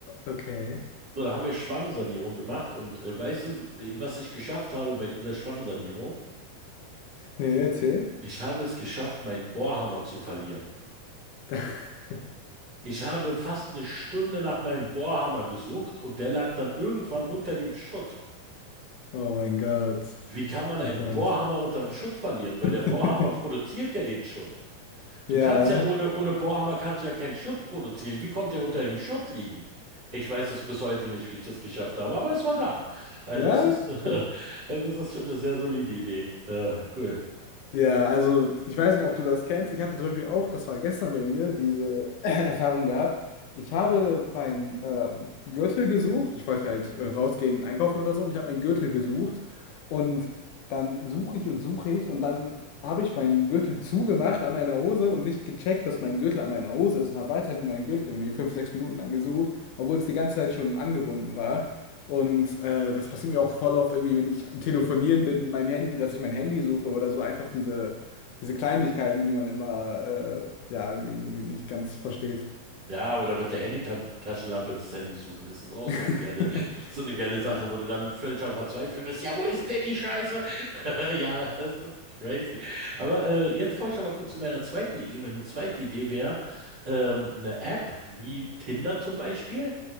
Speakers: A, on the left; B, on the right.
A: Okay.
B: So, da haben wir Schwammsanierung gemacht und äh, weißt du, was ich geschafft habe bei dieser Schwammsanierung?
A: Nee, erzähl.
B: Ich habe es geschafft, meinen Bohrhammer zu verlieren.
A: <laughs>
B: Ich habe fast eine Stunde nach meinem Bohrhammer gesucht und der lag dann irgendwann unter dem Schutt.
A: Oh mein Gott.
B: Wie kann man einen
A: Verdammt.
B: Bohrhammer unterm Schutt verlieren? Weil
A: <laughs>
B: der Bohrhammer produziert ja den Schutt. Du
A: Ja.
B: kannst ja ohne, ohne Bohrhammer kannst du ja keinen Schutt produzieren. Wie konnte er unter dem Schutt liegen? Ich weiß es bis heute nicht, wie ich das geschafft habe, aber es war da. Also
A: Ja.
B: es ist, <laughs>
A: Okay.
B: also es ist schon eine sehr solide Idee. Ja, cool.
A: Ja, also ich weiß nicht, ob du das kennst. Ich hatte zum Beispiel auch, das war gestern bei mir, diese <laughs> <clears throat> Erfahrung gehabt. Ich habe meinen ähm, Gürtel gesucht. Ich wollte halt äh, rausgehen, einkaufen oder so. Und ich habe meinen Gürtel gesucht. Und dann suche ich und suche ich. Und dann habe ich meinen Gürtel zugemacht an meiner Hose und nicht gecheckt, dass mein Gürtel an meiner Hose ist. Und habe weiterhin meinen Gürtel irgendwie fünf, sechs Minuten lang gesucht, obwohl es die ganze Zeit schon angebunden war. Und äh, das passiert mir auch voll oft irgendwie, wenn ich am Telefonieren bin mit meinem Handy, dass ich mein Handy suche oder so. Einfach diese, diese Kleinigkeiten, die man immer äh, ja, irgendwie irgendwie nicht ganz versteht.
B: Ja, oder mit der Handy-Taschenlampe das Handy suchen. Das ist auch so eine
A: <laughs>
B: geile, so eine geile Sache,
A: Ja,
B: wo du dann völlig am Verzweifeln bist. Ja, wo ist denn die Scheiße? <laughs> Ja, das ist crazy. Aber äh, jetzt komme ich noch mal kurz zu meiner zweiten Idee. Meine zweite Idee wäre ähm, eine App wie Tinder zum Beispiel.